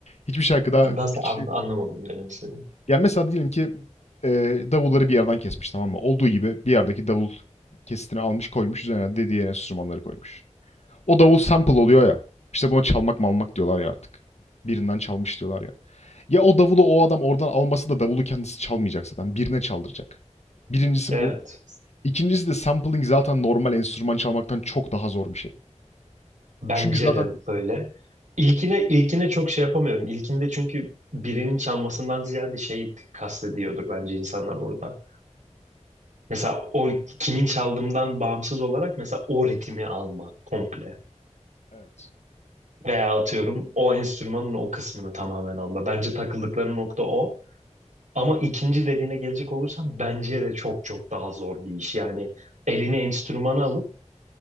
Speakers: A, on the left; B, on the right.
A: Hiçbir şarkıda
B: Nasıl
A: bir kişi...
B: an- anlamadım demek istedim.
A: Yani mesela diyelim ki eee, davulları bir yerden kesmiş tamam mı? Olduğu gibi bir yerdeki davul kesitini almış koymuş üzerine de enstrümanları koymuş. O davul sample oluyor ya. İşte buna çalmak malmak diyorlar ya artık. Birinden çalmış diyorlar ya. Ya o davulu o adam oradan alması da davulu kendisi çalmayacak zaten. Birine çaldıracak. Birincisi
B: Evet.
A: bu. İkincisi de sampling zaten normal enstrüman çalmaktan çok daha zor bir şey.
B: Bence
A: Çünkü zaten
B: de öyle. İlkine, ilkine çok şey yapamıyorum. İlkinde çünkü birinin çalmasından ziyade şey kastediyordur bence insanlar orada. Mesela o kimin çaldığından bağımsız olarak mesela o ritmi alma komple.
A: evet.
B: Veya atıyorum o enstrümanın o kısmını tamamen alma. Bence takıldıkları nokta o. Ama ikinci dediğine gelecek olursam bence de çok çok daha zor bir iş. Yani elini enstrümana alıp